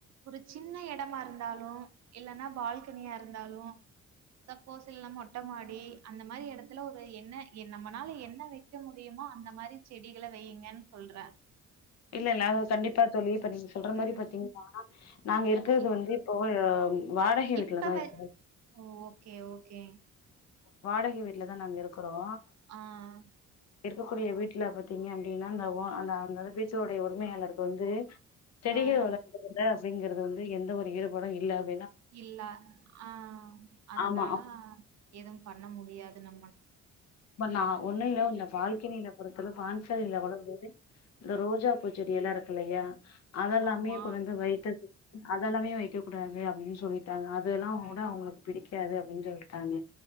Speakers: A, on the right; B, on the left.
A: ஒரு சின்ன எடமா இருந் ந்தாலு இல்லன்னா பால்கனியா இருந்தாலு ஸப் போஸ் இல்ல மொட்ட மாடி அந்த மாரி எடத் இதுல ஒரு என்ன நம்மளால என்ன வைக்க முடியுமோ அந்த மாரி செடிகள வைங்கனு சொல்றே
B: இல்ல இல்ல அதது கண்டிப்பா சொல்லிப்ப நீீங்க சொல்ற மாதிரி
A: ம்.
B: பாத்தீங்கன்னா நாங்க இருக்கறது
A: இப்
B: வந்து இப்போஹ வாடகை வீட்டுலதான்
A: இப்ப வ
B: இப்போ
A: ஓ! ஓகே ஓகே
B: வாடகை வீட்டுல தான் நாங்க இருக்கிறோம்
A: ஆஹ்
B: இருக்கக்கூடிய வீட்டுல பாத்தீங்க அப்படின்னா அந்த அந்த அந்த வீட்டோடய உரிமையாளருக்கு வந்து செடிகள்
A: ஆ.
B: வளர்குறதுல அப்படிங்றது வந்து எந்த ஒரு ஈடுபாடும் இல்லாத
A: இல்ல ஆஹ் அதனால
B: ஆமா
A: எதுவும் பண்ண முடியாதுன்னா
B: நான் ஒன்னு இல பால்கனியில பொறுத்தல பால்கனில கூட போது ரோஜா பூச்செடி எல்லாம் இருக்கும் இல்லையா அதெல்லாமே
A: ஆமா.
B: கொண்டு வந்து வைத்து அதெல்லாமே வைக்க கூடாது அப்படின்னு சொல்லிட்டாங்க அதெல்லாமே வைக்க கூடாது அவங்களுக்கு பிடிக்காது அப்படின்னு சொல்லிட்டாங்க